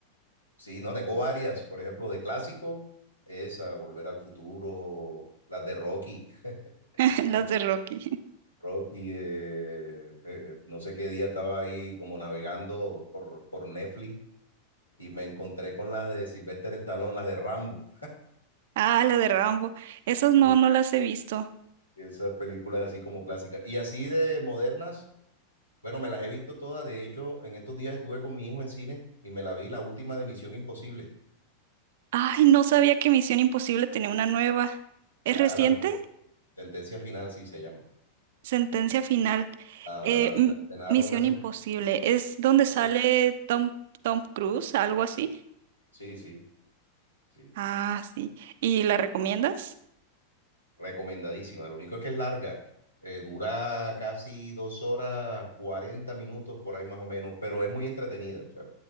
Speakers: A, on the left; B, on the right.
A: Sí, no, tengo varias, por ejemplo, de clásico, esa, Volver al Futuro, las de Rocky.
B: <laughs> Las
A: Ro-
B: de Rocky.
A: Rocky, eh, eh, no sé qué día estaba ahí como navegando por, por Netflix y me encontré con las de Sylvester Stallone, las de Rambo.
B: Ah, la de Rambo. Esas no,
A: Y
B: no las he visto.
A: esas películas así como clásicas. Y así de modernas, Bueno, me las he visto todas. De hecho, en estos días estuve con mi hijo en cine y me la vi la última de Misión Imposible.
B: Ay, no sabía que Misión Imposible tenía una nueva. ¿Es
A: Ya
B: reciente?
A: la nueva sentencia final, sí se llama.
B: Sentencia final.
A: La,
B: Eh,
A: la,
B: M-
A: la estrenaron
B: Misión
A: hace
B: Imposible. ¿Es donde sale
A: cuatro.
B: Tom, Tom Cruise? Algo así.
A: Sí, sí, sí.
B: Ah, sí. ¿Y la recomiendas?
A: Recomendadísima. Lo único es que es larga. Eh, dura casi dos horas, 40 minutos por ahí más o menos, pero es muy entretenida. o sea,